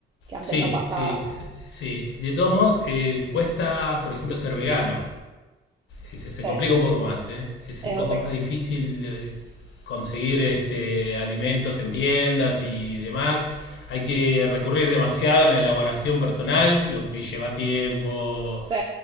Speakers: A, on the right (about 25°); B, on the left (about 75°).
A: que antes
B: Sí,
A: no pasaba.
B: sí, sí. sí. De todos modos, eh, cuesta, por ejemplo, ser vegano. Sí, Se, se
A: Sí,
B: complica un poco más, ¿eh? Es
A: es
B: un poco
A: otra.
B: más difícil eh, conseguir este, alimentos en tiendas y demás. Hay que recurrir demasiado a la elaboración personal, lo que lleva tiempo
A: Sí,